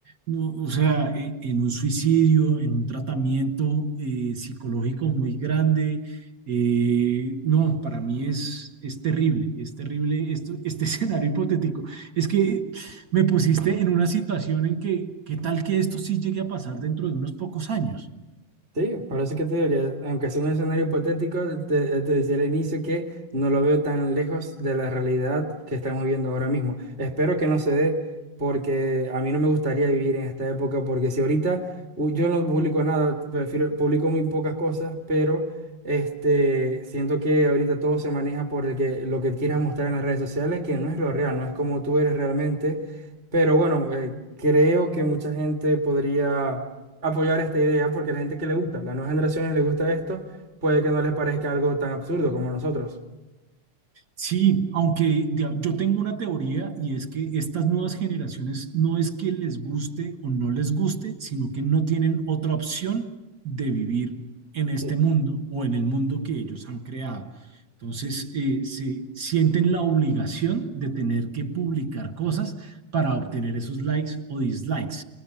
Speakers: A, on the right; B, on the right.
A: no, o sea, e- en, un suicidio, en un tratamiento eh, psicológico muy grande, eh, no, para mí es, es terrible, es terrible esto, este <laughs> escenario hipotético. Es que me pusiste en una situación en que, ¿qué tal que esto sí llegue a pasar dentro de unos pocos años?
B: Sí, por eso que te digo que, aunque sea un escenario hipotético, te, te decía al inicio que no lo veo tan lejos de la realidad que estamos viviendo ahora mismo. Espero que no se dé, porque a mí no me gustaría vivir en esta época, porque si ahorita u- yo no publico nada, prefiero, publico muy pocas cosas, pero este, siento que ahorita todo se maneja por el que, lo que quieras mostrar en las redes sociales, que no es lo real, no es como tú eres realmente. Pero bueno, eh, creo que mucha gente podría apoyar esta idea porque a la gente que le gusta, a las nuevas generaciones le gusta esto, puede que no les parezca algo tan absurdo como nosotros.
A: Sí, aunque de- yo tengo una teoría y es que estas nuevas generaciones no es que les guste o no les guste, sino que no tienen otra opción de vivir en este
B: Sí.
A: mundo o en el mundo que ellos han creado. Entonces, eh, se sienten la obligación de tener que publicar cosas para obtener esos likes o dislikes.